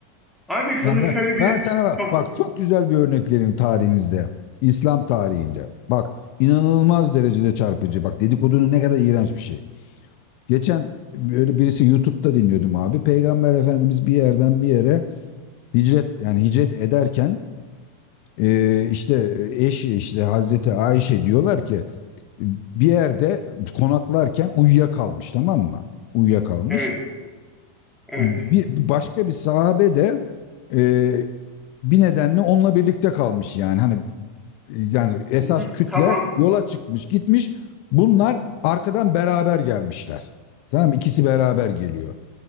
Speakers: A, in the centre; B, on the left.
A: Abi şunu
B: Ya ben,
A: şöyle bir
B: ben sana bak,
A: son.
B: bak çok güzel bir örnek vereyim tarihimizde. İslam tarihinde. Bak inanılmaz derecede çarpıcı. Bak dedikodunun ne kadar iğrenç bir şey. Geçen böyle birisi YouTube'da dinliyordum abi. Peygamber Efendimiz bir yerden bir yere hicret yani hicret ederken e, işte eşi işte Hazreti Ayşe diyorlar ki bir yerde konaklarken uyuyakalmış tamam mı? Uyuyakalmış.
A: Evet. Evet.
B: Bir, başka bir sahabe de e, bir nedenle onunla birlikte kalmış yani hani yani esas
A: Hı-hı.
B: kütle
A: Tamam.
B: yola çıkmış gitmiş bunlar arkadan beraber gelmişler tamam mı? ikisi beraber geliyor